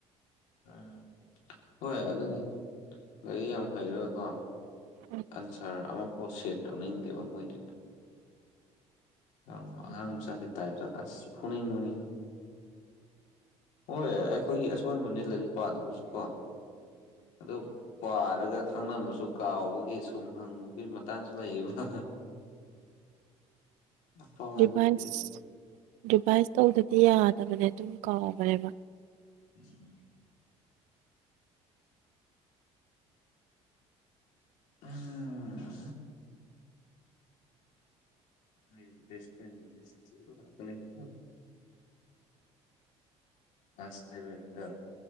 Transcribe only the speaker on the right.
ꯎꯝ
ꯔꯤꯚꯥꯟꯁ
ꯔꯤꯚꯥꯏꯁ ꯇꯧꯗꯗꯤ ꯌꯥꯗꯕꯅꯦ ꯑꯗꯨꯝ ꯀꯥꯎꯕꯅꯦꯕ